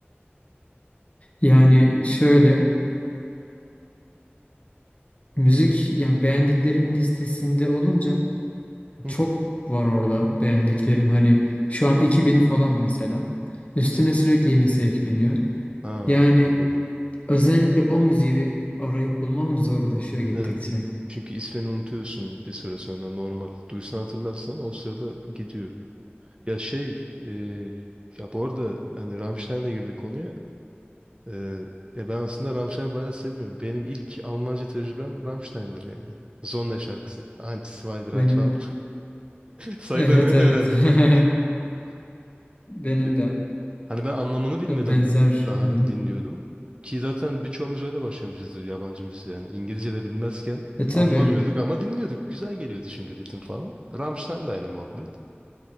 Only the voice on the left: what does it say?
yani şöyle müzik yani beğendiklerim listesinde olunca
çok
var orada beğendiklerim. Hani şu an 2000 falan mesela. Üstüne sürekli yenisi ekleniyor.
Yani
Özellikle o müziği arayıp bulmam zorlaşıyor gittikçe.
Benim
evet
evet.
<laughs>
Benim
de
e, benzer
buldum.
E tabii